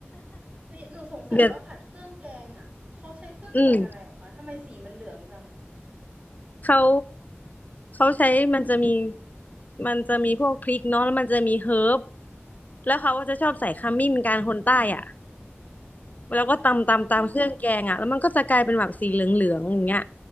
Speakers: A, on the right; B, on the left.
A: เฮ้ยหนูสงสัยว่าผัดเครื่องแกงอ่ะเขาใช้เครื่องแกงอะไรหรอคะทำไมสีมันเหลืองจัง
B: <laughs> เดี๋ยวอืม เขาเขาใช้มันจะมีมันจะมีพวกพริกเนาะแล้วมันจะมีเฮิร์บแล้วเขาก็จะชอบใส่ขมิ้นกันคนใต้อ่ะแล้วก็ตำตำตำเครื่องแกงอ่ะแล้วมันก็จะกลายเป็นแบบสีเหลืองๆอย่างเงี้ย
A: อืม